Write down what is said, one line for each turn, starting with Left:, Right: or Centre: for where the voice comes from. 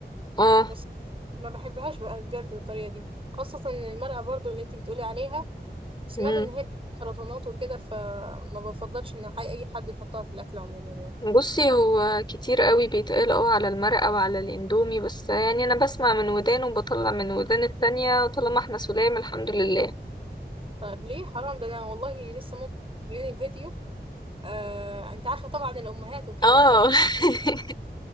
Left: اه
Right: بس ما بحبهاش بقى بجد بالطريقة دي خاصة ان المرقة برضو اللي انتي بتقولي عليها سمعت
Left: مم.
Right: ان هي سرطانات وكده فما بفضلش ان حي اي حد يحطها في الاكل عموما يعني
Left: بصي هو كتير قوي بيتقال اه على المرقة وعلى الاندومي بس يعني انا بسمع من ودان وبطلع من ودان التانية طالما احنا سلام الحمد لله
Right: طيب ليه حرام ده انا والله لسه ماما جايلي فيديو آه انت عارفه طبعا الامهات وكده
Left: اه
Right: ف...
Left: <laughs>